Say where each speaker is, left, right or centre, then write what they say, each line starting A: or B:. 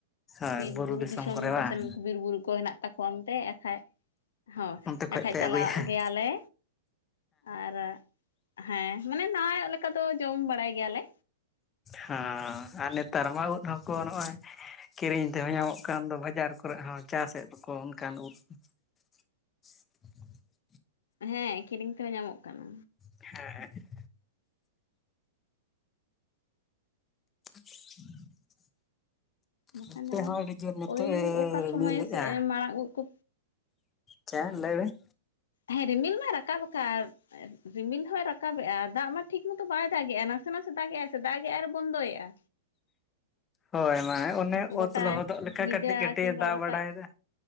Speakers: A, on the left; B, on the left.
A: ᱦᱳᱭ
B: ᱵᱤᱨ ᱵᱩᱨᱩ ᱫᱤᱥᱚᱢ
A: ᱠᱚᱨᱮ
B: ᱠᱚᱥᱮᱱ
A: ᱵᱟᱝ
B: ᱵᱤᱨ ᱵᱩᱨᱩ ᱠᱚ ᱦᱮᱱᱟᱜ ᱛᱟᱠᱚᱣᱟ ᱮᱱᱛᱮ ᱟᱠᱷᱟᱡ᱾ ᱦᱚᱸ
A: ᱚᱱᱛᱮ ᱠᱷᱚᱡ
B: ᱮᱠᱷᱟᱡ
A: ᱯᱮ
B: ᱪᱟᱞᱟᱜ
A: ᱟᱹᱜᱩᱭᱟ ᱦᱮᱸ
B: ᱜᱮᱭᱟ ᱞᱮ᱾ ᱟᱨ ᱦᱮᱸ ᱢᱟᱱᱮ ᱱᱟᱹᱢᱟᱹᱭ ᱚᱜ ᱞᱮᱠᱟ ᱫᱚ ᱵᱟᱲᱟᱭ ᱜᱮᱭᱟ ᱞᱮ᱾
A: ᱦᱚᱸ ᱟᱨ ᱱᱮᱛᱟᱨ ᱢᱟ ᱩᱫ ᱦᱚᱸ ᱠᱚ ᱱᱚᱸᱜ-ᱚᱭ ᱠᱤᱨᱤᱧ ᱛᱮᱦᱚᱸ ᱧᱟᱢᱚᱜ ᱠᱟᱱ ᱫᱚ ᱵᱟᱡᱟᱨ ᱠᱚᱨᱮ ᱦᱚᱸ ᱪᱟᱥ ᱮᱫ ᱫᱚᱠᱚ ᱚᱱᱠᱟᱱ ᱩᱫ᱾ <inaudible>
B: ᱦᱮᱸ ᱠᱤᱨᱤᱧ ᱛᱮᱦᱚᱸ ᱧᱟᱢᱚᱜ ᱠᱟᱱᱟ᱾
A: ᱦᱮᱸ, ᱦᱮᱸ᱾ <inaudible>
B: ᱵᱟᱠᱷᱟᱱ
A: ᱱᱚᱛᱮ ᱦᱚᱸ ᱟᱹᱰᱤ ᱡᱳᱨ ᱱᱤᱛᱚᱜ
B: ᱳᱭ
A: ᱮ
B: ᱚᱠᱟ
A: ᱨᱤᱢᱤᱞ
B: ᱥᱚᱢᱚᱭ
A: ᱞᱮᱜ-ᱟ᱾
B: ᱢᱟᱨᱟᱝ ᱩᱫ ᱠᱚ
A: ᱪᱮᱫ ᱞᱟᱹᱭ ᱵᱤᱱ?
B: ᱦᱮᱸ ᱨᱤᱢᱤᱞ ᱢᱟ ᱨᱟᱠᱟᱵ ᱠᱟᱫ᱾ ᱨᱤᱢᱤᱞ ᱦᱚᱸᱭ ᱨᱟᱠᱟᱵ ᱮᱜ-ᱟ ᱫᱟᱜ ᱢᱟ ᱴᱷᱤᱠ ᱢᱚᱛᱚ ᱵᱟᱭ ᱫᱟᱜ ᱜᱮᱜ-ᱟ ᱱᱟᱥᱮ ᱱᱟᱥᱮ ᱫᱟᱜ ᱜᱮᱜ-ᱟᱭ ᱥᱮ ᱫᱟᱜ ᱜᱮᱜ-ᱟ ᱟᱨ ᱵᱚᱱᱫᱚᱭ ᱮᱜ-ᱟ᱾
A: ᱦᱳᱭ ᱢᱟ ᱚᱱᱮ
B: ᱜᱚᱴᱟ
A: ᱚᱛ ᱞᱚᱦᱚᱫᱚᱜ ᱞᱮᱠᱟ
B: ᱧᱤᱫᱟᱹ
A: ᱠᱟᱹᱴᱤᱡ
B: ᱠᱤᱝᱵᱟ
A: ᱮ ᱫᱟᱜ
B: ᱜᱚᱴᱟ
A: ᱵᱟᱲᱟᱭ ᱮᱫᱟ᱾